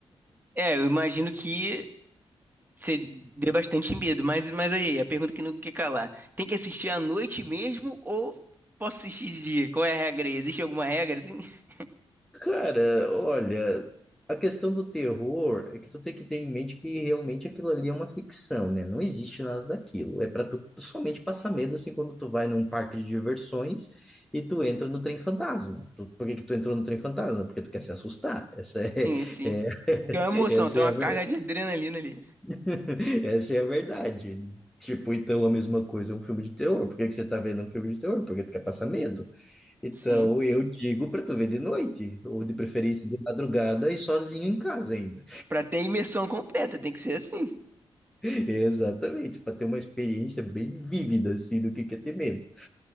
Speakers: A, on the right; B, in the centre.
A: É, eu imagino que Você deu bastante medo, mas, mas aí, a pergunta que não quer calar. Tem que assistir à noite mesmo ou posso assistir de dia? Qual é a regra aí? Existe alguma regra, assim? <laughs>
B: Cara, olha, a questão do terror é que tu tem que ter em mente que realmente aquilo ali é uma ficção, né? Não existe nada daquilo. É pra tu somente passar medo assim quando tu vai num parque de diversões e tu entra no trem fantasma. Tu- por que que tu entrou no trem fantasma? Porque tu quer se assustar. Essa é,
A: Sim, sim.
B: <laughs> é-
A: Que é uma emoção,
B: essa
A: tem
B: é
A: uma
B: a,
A: carga
B: ver-
A: de adrenalina ali.
B: <laughs> essa é a verdade. Tipo, então a mesma coisa é um filme de terror. Por que que você tá vendo um filme de terror? Porque tu quer passar medo. Então
A: Sim.
B: eu digo para tu ver de noite, ou de preferência de madrugada e sozinho em casa ainda.
A: Pra ter imersão completa, tem que ser assim.
B: <laughs> Exatamente, para ter uma experiência bem vívida assim do que que é ter medo.